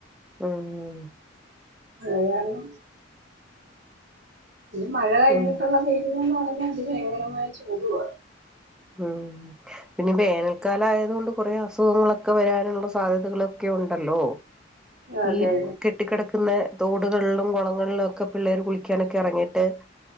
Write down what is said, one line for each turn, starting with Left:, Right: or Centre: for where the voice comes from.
Centre: ഉം
Right: അത് കാരണം ഇനി മഴ കഴിഞ്ഞിട്ടുള്ള
Centre: ഉം
Right: വെ അത് ഭയങ്കരമായ ചൂടുവാ.
Centre: ഉം പിന്നെ വേനൽക്കാലയത് കൊണ്ട് കൊറേ അസുഖങ്ങളൊക്കെ വരാനുള്ള സാധ്യതകളൊക്കെ ഉണ്ടല്ലോ.
Right: അതെ
Centre: ഈ കെട്ടിക്കിടക്കുന്നെ തോടുകളിലും കുളങ്ങളിലൊക്കെ പിള്ളേര് കുളിക്കാനൊക്കെ ഇറങ്ങിയിട്ട്